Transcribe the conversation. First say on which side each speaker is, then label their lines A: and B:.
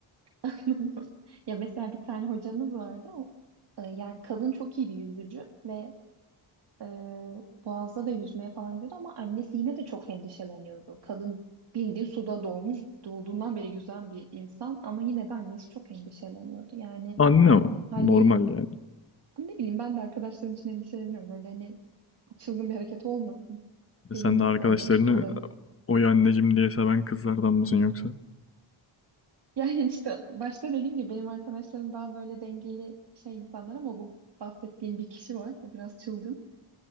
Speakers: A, on the right; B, on the left.
A: anladım. Ya mesela bir tane hocamız vardı. O, e, yani kadın çok iyi bir yüzücü ve e, Boğaz'da da yüzmeye falan gidiyordu ama annesi yine de çok endişeleniyordu. Kadın bildiği suda doğmuş, doğduğundan beri yüzen bir insan ama yine de annesi çok endişeleniyordu. Yani
B: <laughs> Anne o.
A: Haliyle
B: Normal yani.
A: ne bileyim ben de arkadaşlarım için endişeleniyorum. Böyle hani çılgın bir hareket olmasın.
B: E
A: Benim
B: Sen
A: yok
B: de arkadaşlarını
A: böyle tutkularım. <laughs>
B: oy anneciğim diye seven kızlardan mısın yoksa?
A: Yani işte başta dediğim gibi benim arkadaşlarım daha böyle dengeli şey insanlar ama bu bahsettiğim bir kişi var. Bu biraz çılgın.